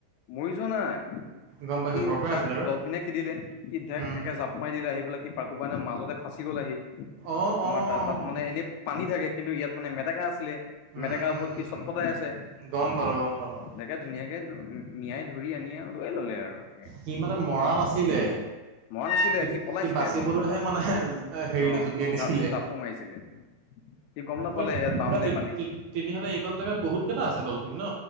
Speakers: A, on the left (about 80°); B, on the right (about 75°).
A: মৰি যোৱা নাই৷
B: গম পাইছোঁ
A: কি
B: ধৰফৰাই
A: তাক
B: আছিলে আৰু
A: ডলফিনে খেদিলে, কি ধেক-ধেককে
B: উম,
A: জাপ মাৰি দিলে আহি পেলাই সি। কো পাই ন মাজতে ফাচি গ'ল আহি,
B: অ',
A: তোমাৰ
B: অ'।
A: তাৰ তাত মানে এনে পানী থাকে৷ কিন্তু ইয়াত মানে মেটেকা আছিলে, মেটেকা
B: উম, উম,
A: ওপৰত সি
B: উম,
A: চট্‌ফটাই
B: উম,
A: আছে,
B: গম পালোঁ, গম পালোঁ।
A: দেখাত ধুনীয়াক মিঞাই ধৰি আনি আৰু লৈ ল'লে আৰু। তাকে
B: সি মানে
A: বা
B: মৰা নাছিলে৷
A: মৰা নাছিলে
B: সি,
A: পলাইছিলে
B: সি বাচিবলৈহে
A: ডলফিনৰ পৰা
B: মানে হেৰিলে
A: অ
B: জপিয়াই দিছিলে৷
A: জা জাপটো মাৰিছিলে সি গম নাপালে
B: তে-তে-তেতিয়াহ'লে
A: ইয়াত বাম নাই পানী
B: এইখন জোগাত বহুত কেইটা আছে ডলফিন ন?